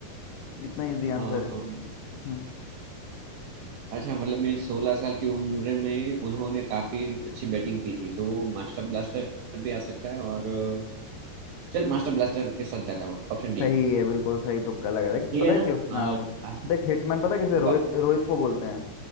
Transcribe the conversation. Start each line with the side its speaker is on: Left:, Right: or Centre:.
Left: <laughs> इतना इजी
Right: अम,
Left: आंसर है हम्म।
Right: अच्छा मतलब मैं सोलह साल की उम्र में उन्होंने काफी अच्छी बैटिंग की थी तो मास्टर ब्लास्टर भी आ सकता है और अ, चल मास्टर ब्लास्टर के साथ जाता हूँ ऑप्शन डी
Left: सही है बिल्कुल सही तुक्का लगा देख
Right: ठीक
Left: पता
Right: है
Left: है
Right: ना
Left: क्यों हाँ
Right: अच्छा
Left: वो- देख हिटमैन पता है किसे
Right: तुक्का
Left: रोहित रोहित को बोलते हैं